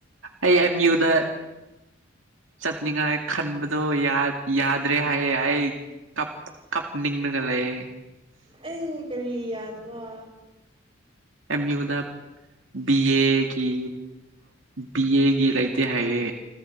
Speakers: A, on the right; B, on the right.
A: ꯑ ꯑꯦꯝ ꯌꯨ ꯗ ꯆꯠꯅꯤꯡꯉꯥꯏ ꯈꯟꯕꯗꯣ ꯌꯥꯗ꯭ꯔꯦ ꯍꯥꯏꯌꯦ ꯑꯩ ꯀꯞ ꯀꯞꯅꯤꯡꯉꯒ ꯂꯩꯌꯦ
B: ꯑꯩ ꯀꯔꯤꯒꯤ ꯌꯥꯗ ꯋꯥ
A: ꯑꯦꯝ ꯌꯨꯗ ꯕꯤ ꯑꯦꯒꯤ ꯕꯤ ꯑꯦꯒꯤ ꯂꯩꯇꯦ ꯍꯥꯏꯌꯦ